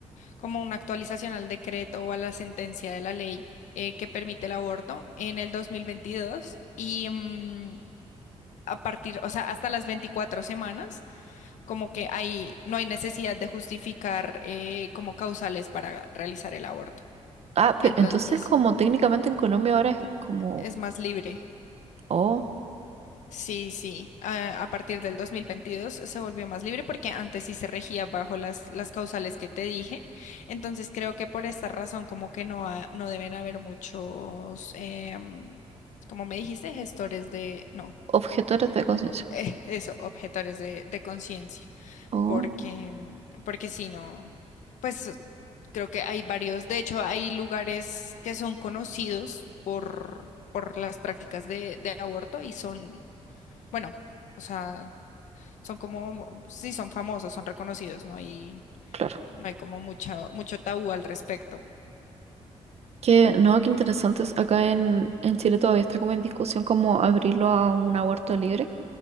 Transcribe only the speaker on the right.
Ah, pero
entonces como técnicamente en Colombia ahora es como,
oh,
objetores de conciencia.
Oh,
claro.
Que no, qué interesante. es, Acá en, en Chile todavía está como en discusión como abrirlo a un aborto libre.